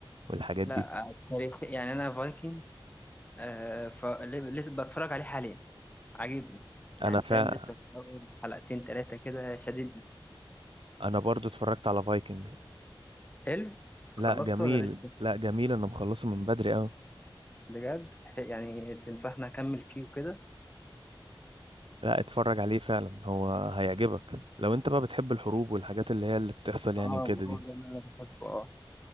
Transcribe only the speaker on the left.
لا
تاريخ يعني انا فايكنج آه فلسه بتفرج عليه حاليا عاجبني يعني
فاهم لسه في أول حلقتين ثلاثة كده شددني
حلو
خلصته
ولا لسه
بجد ح- يعني تنصحني اكمل فيه وكده
اه
ما
هو ده اللي انا بحبه اه